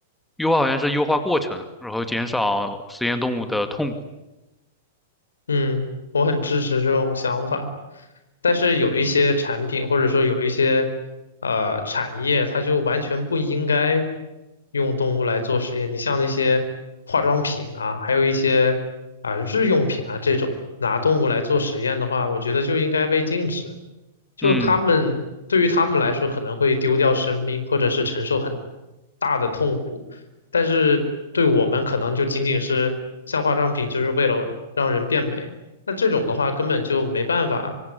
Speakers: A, in the centre; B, on the left.
A: 优化好像是优化过程，然后减少实验动物的痛苦。
B: 嗯，我很支持这种想法，但是有一些产品或者说有一些呃产业，它就完全不应该用动物来做实验。你像那些化妆品啊，还有一些啊、日用品啊这种拿动物来做实验的话，我觉得就应该被禁止。就他们对于他们来说可能会丢掉生命，
A: 嗯
B: 或者是承受很大的痛苦。但是对我们可能就仅仅是像化妆品，就是为了让人变美。那这种的话根本就没办法，